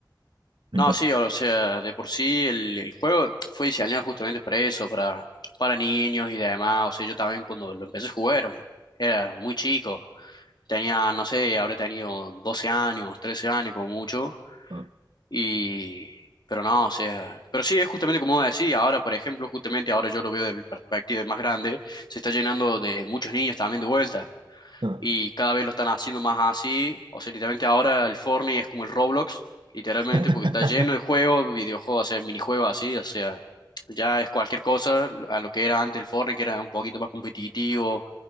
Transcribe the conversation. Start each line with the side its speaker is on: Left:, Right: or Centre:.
Right: entonces...
Left: No, sí, o sea, de por sí el, el juego fue diseñado justamente para eso, para, para niños y demás. O sea, yo también cuando lo empecé a jugar era muy chico. Tenía, no sé, habré tenido 12 años, 13 años como mucho.
Right: ah,
Left: Y, pero no, o sea, pero sí, es justamente como decía, ahora, por ejemplo, justamente ahora yo lo veo de mi perspectiva de más grande, se está llenando de muchos niños también de vuelta
Right: ah.
Left: y cada vez lo están haciendo más así. O sea, literalmente ahora el Fortnite es como el Roblox, literalmente,
Right: <laughs>
Left: porque está lleno de juegos, videojuegos, o sea, minijuegos así, o sea, ya es cualquier cosa a lo que era antes el Fortnite, que era un poquito más competitivo